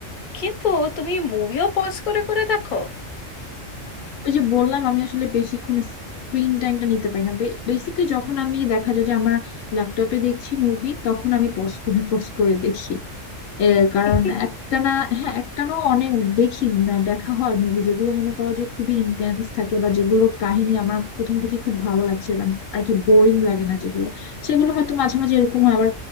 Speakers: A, on the left; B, on the left.
A: কিন্তু তুমি মুভিও পজ করে করে দেখো
B: ওই যে বললাম আমি আসলে বেশিক্ষণ স্ক্রিন টাইমটা নিতে পারি না বেসিক্যালি যখন আমি দেখা যায় যে আমার ল্যাপটপে দেখছি মুভি তখন আমি পজ করে পজ করে দেখি এ কারণ
A: <laughs>
B: একটানা হ্যাঁ একটানা অনেক দেখি না দেখা হয় মুভি যেগুলো মনে করো যে খুবই ইন্টেন্স থাকে বা যেগুলোর কাহিনী আমার প্রথম থেকে খুব ভালো লাগছে বা আর কি বোরিং লাগে না যেগুলো সেগুলো হয়তো মাঝে মাঝে এরকম হয় আবার